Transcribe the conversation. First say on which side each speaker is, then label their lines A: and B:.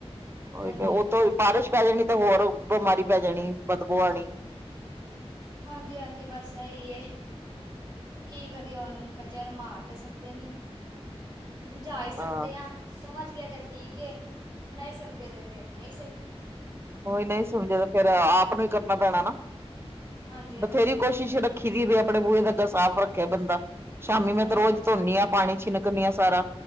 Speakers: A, on the right; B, on the right.
A: ਉਹੀ
B: ਹਾਂਜੀ-ਹਾਂਜੀ
A: ਤੇ ਉਤੋਂ
B: ਬਿਲਕੁਲ
A: ਬਾਰਿਸ਼ ਪੈ ਜਾਣੀ ਤਾਂ ਹੋਰ ਬਿਮਾਰੀ ਪੈ ਜਾਣੀ ਬਦਬੋ ਆਣੀ।
B: ਹਾਂਜੀ, ਹਾਂਜੀ ਬਸ ਐ ਈ ਏ। ਕੀ ਕਰੀਏ ਹੁੰਨ ਬੱਚਿਆਂ ਨੂੰ ਮਾਰ ਤੇ ਸਕਦੇ ਨੀ ਸਮਝਾ ਈ ਸਕਦੇ
A: ਹਾਂ
B: ਆ। ਸਮਝ ਗਏ ਤੇ ਠੀਕ ਏ ਨਈ ਸਮਜੇ ਤੇ ਫੇਰ ਨਈ ਸਈ।
A: ਓਈ ਨਈ ਸਮਝੇ ਤਾ ਫੇਰ ਆਪ ਨੂੰ ਹੀ ਕਰਨਾ ਪੈਣਾ ਨਾ।
B: ਹਾਂਜੀ-ਹਾਂਜੀ
A: ਬਥੇਰੀ ਕੋਸ਼ਿਸ਼ ਰੱਖੀ ਦੀ ਵੀ ਆਪਣੇ ਬੂਏ ਦਾ ਦਸ ਸਾਫ਼ ਰੱਖੇ ਬੰਦਾ ਸ਼ਾਮੀ ਮੈਂ
B: ਹਾਂਜੀ-ਹਾਂਜੀ
A: ਤੇ ਰੋਜ਼ ਧੋਨੀ ਆ ਪਾਣੀ ਛਿਨਕ ਆਂ ਸਾਰਾ